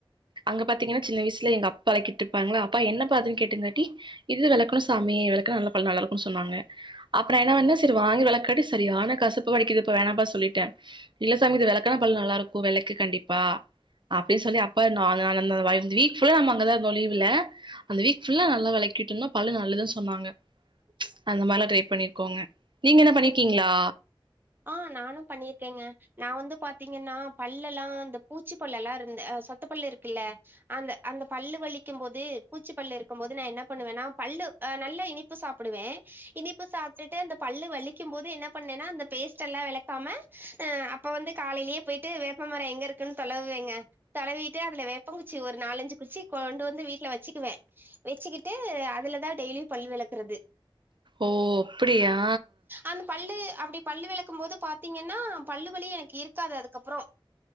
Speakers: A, on the right (about 55°); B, on the right (about 20°).
A: அங்க பாத்தீங்னா சின்ன வீஸ்ல எங்க அப்பளைக்கிட்ருப்பாங்ளா அப்பா என்னப்பா அதுன் கேட்ருந்தாட்டி இது வெளக்கணு சாமி மி வெளக்கனா நல்ல பல் நல்லாருக்குன் சொன்னாங்க அப்ப நா என்ன பண்ண செரி வாங்கி வெளக்காட்டி சரியான கசப்பு வடிக்கிதுப்ப வேணாம்பா சொல்லிட்ட இல்ல சாமி இது வெளக்கனா பல்லு நல்லாருக்கு வெள க்கு கண்டிப்பா அப்டின் சொல்லி அப்ப நானு <unintelligible> அந்த வீக் ஃபுல்லா நம்ம அங்கதா இருந்தோ லீவுல அந்த வீக் ஃபுல்லா நல்ல வெளைக் கிட்டன பல்லு நல்லதுன் சொன்னாங்க அந்த மார்லா ட்ரை பண்ணிருக்கோங்க நீங்க என்ன பண்ணிருக்கீங்ளா
B: ஆ நானும் பண்ணிருக்கேங்க நா வந்து பாத்தீங்கன்னா பல்லெலா இந்த பூச்சி பல்லலெல்லா இருந்த அ சொத்த பல்லு இருக்குல்ல அந்த அந்த பல்லு வலிக் க்கும் போது பூச்சி பல்லு இருக்கும் போது நா என்ன பண்ணுவனா பல்லு அ நல்லா இனிப்பு சாப்டுவே இனிப்பு சாப் ப்டுட்டு அந்த பல்லு வலிக்கும் போது என்னப் பண்ணேனா அந்தப் பேஸ்ட்டெல்லா வெளக்காம அ அப்ப வந்து காலைலியே போயிட்டு வேப்பமர எங்க இருக்குன்னு தொலைவுவேங்க தலைவிட்டு அதுல வேப்பங்கச்சி ஒரு நாளஞ்சு குச்சி கொண்டு வந்து வீட்ல வச்சிக்குவே வச்சுகிட்டு அதுலதா டெய்லியு பல்லு வெளக்குறது
A: ஓ அப்டியா
B: அந்த பல்லு அப்டி பல்லு வெளக்கும் போது பாத்தீங்கன்னா பல்லு வலி எனக்கு இருக்காது அதுக்கப்ற